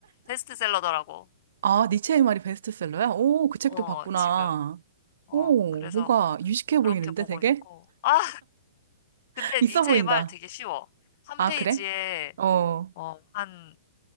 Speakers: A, on the left; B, on the right.
A: 베스트셀러더라고.
B: 아, 니체의 말이 베스트셀러야? 오, 그 책도
A: 어,
B: 봤구나.
A: 지금. 어,
B: 오,
A: 그래서
B: 뭔가 유식해
A: 그렇게
B: 보이는데
A: 보고
B: 되게?
A: 있고. 아,
B: <laughs>
A: 근데
B: 있어
A: 니체의
B: 보인다.
A: 말 되게 쉬워. 한
B: 아,
A: 페이지에
B: 그래? 어.
A: 어, 한